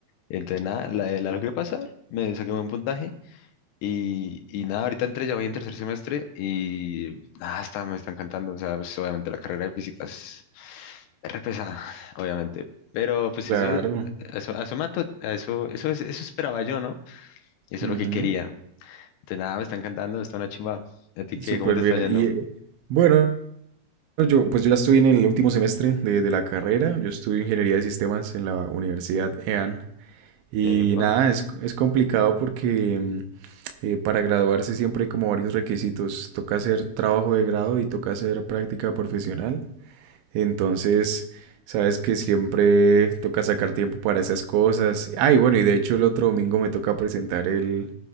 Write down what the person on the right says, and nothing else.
claro,
ujú,
súper
bien.
Y eh, bueno, yo pues yo ya estoy en el último semestre de, de la carrera. Yo estudio Ingeniería de Sistemas en la Universidad EAN. Y
nada, es, es complicado porque mm, eh, para graduarse siempre hay como varios requisitos. Toca hacer trabajo de grado y toca hacer práctica profesional. Entonces, sabes que siempre toca sacar tiempo para esas cosas. Ay, bueno, y de hecho el otro domingo me toca presentar el,